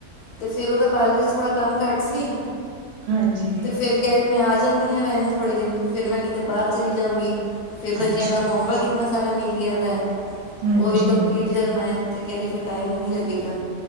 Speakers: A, on the left (about 75°); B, on the right (about 80°).
A: ਅਤੇ ਫਿਰ ਉਹਦਾ ਪਾਰਲਰ ਵਿਚ ਥੋੜ੍ਹਾ ਕੰਮ ਘੱਟ ਸੀ।
B: ਹਾਂਜੀ।
A: ਤੇ ਫਿਰ ਕਹਿ ਰਹੀ ਮੈਂ ਆ ਜਾਂਦੀ ਹਾਂ। ਰਹਿਣ ਥੋੜ੍ਹੇ ਦਿਨ, ਫੇਰ ਮੈਂ ਕਿਤੇ ਬਾਹਰ ਚਲੀ ਜਾਵਾਂਗੀ। ਫੇਰ ਬੱਚਿਆਂ
B: ਅੱਛਾ।
A: ਦਾ ਹੋਮਵਰਕ, ਇੰਨਾ ਸਾਰਾ ਮਿਲ ਗਿਆ ਵੇ।
B: ਹਾਂਜੀ,
A: ਉਹ ਵੀ ਕੰਪਲੀਟ
B: ਹੂੰ,
A: ਕਰਨਾ ਹੈ। ਕਚਹਿਰੀ, ਫਿਰ ਟਾਈਮ ਹੀ ਨਹੀਂ ਲੱਗੇਗਾ।